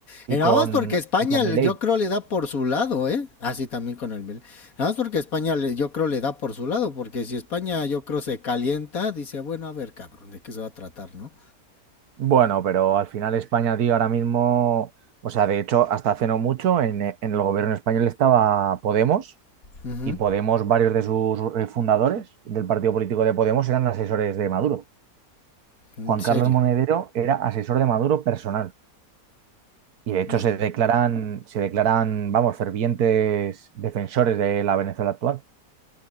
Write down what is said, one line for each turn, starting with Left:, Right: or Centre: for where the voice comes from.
Left: Y
Right: y
Left: nada
Right: con,
Left: más porque España,
Right: y con
Left: le-
Right: Milei.
Left: yo creo, le da por su lado, ¿eh? Así también con el Milan. Nada más porque España, le- yo creo, le da por su lado, porque si España, yo creo, se calienta, dice, bueno, a ver, cabrón, ¿de qué se va a tratar, no?
Right: Bueno, pero al final España, tío, ahora mismo, o sea, de hecho, hasta hace no mucho en, en el gobierno español estaba Podemos
Left: Uh -huh.
Right: y Podemos, varios de sus eh, fundadores del partido político de Podemos eran asesores de Maduro.
Left: En
Right: Juan
Left: serio,
Right: Carlos Monedero era asesor de Maduro personal. Y de hecho
Left: no,
Right: se declaran, se declaran, vamos, fervientes defensores de la Venezuela actual.